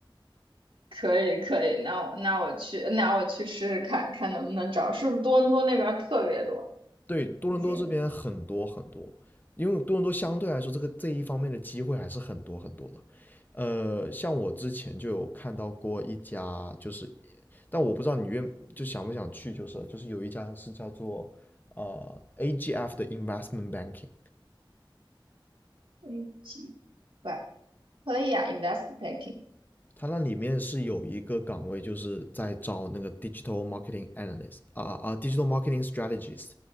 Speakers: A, on the right; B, on the left.
A: 可以可以，那我那我去那我去试试看看能不能找，是不是多伦多那边儿特别多？
B: 对，多伦多这边很多很多，
A: 就是
B: 因为多伦多相对来说这个这一方面的机会还是很多很多的。呃，像我之前就有看到过一家，就是，但我不知道你愿就想不想去，就是就是有一家是叫做呃 AGF 的 Investment Banking，
A: 飞机吧，可以啊，invest packing。
B: 它那里面是有一个岗位，就是在招那个 digital marketing analyst 啊啊 d i g i t a l marketing strategist，